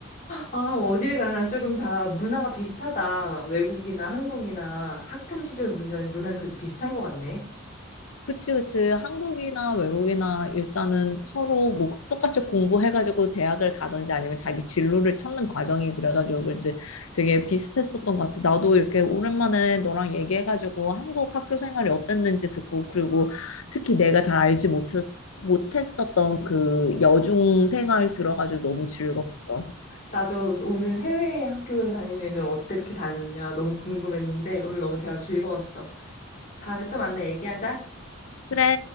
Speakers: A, on the left (about 40°); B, on the left (about 85°).
A: 아 어딜 가나 조금 다 문화가 비슷하다. 외국이나 한국이나 학창 시절 문화 문화는 그래도 비슷한 것 같네.
B: 그치, 그치. 한국이나 외국이나 일단은 서로 뭐 똑같이 공부해가지고 대학을 가든지 아니면 자기 진로를 찾는 과정이 그래가지고 그지 되게 비슷했었던 것 같아. 나도 이렇게 오랜만에 너랑 얘기해가지고 한국 학교 생활이 어땠는지 듣고 그리고 특히 내가 잘 알지 못, 못했었던 그 여중 생활 들어가지고 너무 즐거웠어.
A: 나도 오늘 해외 학교 다니는 애들 어떻게 다녔냐 너무 궁금했는데 오늘 너무 대화 즐거웠어. 다음에 또 만나 얘기하자.
B: 그래.